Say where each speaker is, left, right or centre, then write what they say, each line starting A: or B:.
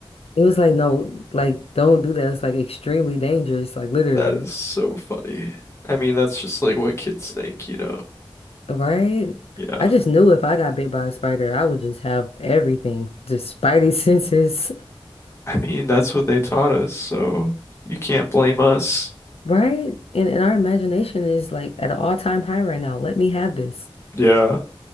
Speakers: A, on the left; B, on the left.
A: It was like, no, like, don't do that. It's like extremely dangerous, like literally,
B: That is so funny. I mean, that's just like what kids think, you know.
A: right?
B: Yeah.
A: I just knew if I got bit by a spider, I would just have everything, just spidey <laughs> senses,
B: I mean, that's what they taught us, so you can't blame us.
A: right? And, and our imagination is like at an all-time high right now. Let me have this.
B: Yeah.